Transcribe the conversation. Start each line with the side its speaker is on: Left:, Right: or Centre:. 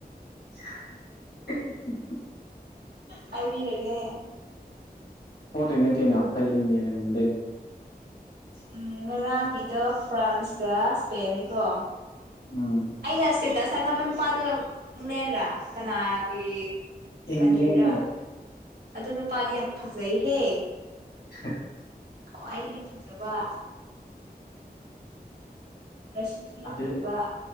Left: <unintelligible>
Right: ꯍꯥꯏꯕꯤꯔꯒꯦ
Left: ꯄꫭꯗꫭꯏꯅꯤ ꯀꯩꯅꯣ ꯑꯩꯈꫭꯏ ꯏꯪꯂꯦꯟꯅ‌ ꯉꯝꯗꫭꯏꯅꯤ
Right: ꯎꯝ ꯉꯔꯥꯡꯒꯤꯗꫭ ꯐ꯭ꯔꯥꯟꯁꯀ ꯏꯁꯄꯦꯟꯅꯤꯀꯣ
Left: ꯎꯝ
Right: ꯑꯩꯅ ꯏꯁꯇꯦꯇꯁ ꯊꯥꯒꯠꯄ ꯅꯨꯄꯥꯗꫭ ꯏꯪꯂꯦꯟꯗ ꯀꯅꯥꯒꯤ
Left: ꯏꯪꯂꯦꯟꯅꯦ
Right: ꯀꯟꯇ꯭ꯔꯤꯔꯥ ꯑꯗꯨ ꯅꯨꯄꯥꯗꯤ ꯌꯥꯝ ꯐꯖꯩꯍꯦ
Left: <unintelligible>
Right: ꯈ꯭ꯋꯥꯏꯗꯒꯤ ꯐꯖꯕ ꯔꯁꯤꯁꯨ ꯌꯥꯝ
Left: ꯑꯗꯨ
Right: ꯂꯩꯕ